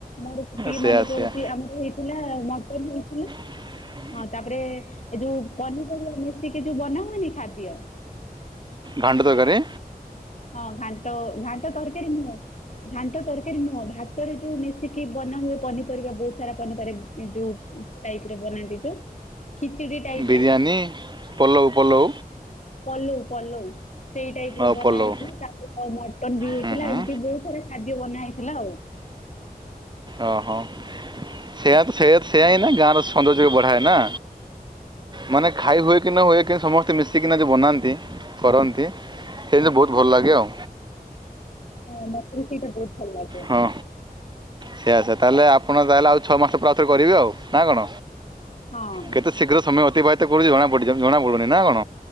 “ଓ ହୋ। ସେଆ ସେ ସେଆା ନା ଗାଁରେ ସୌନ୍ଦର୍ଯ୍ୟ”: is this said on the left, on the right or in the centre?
Right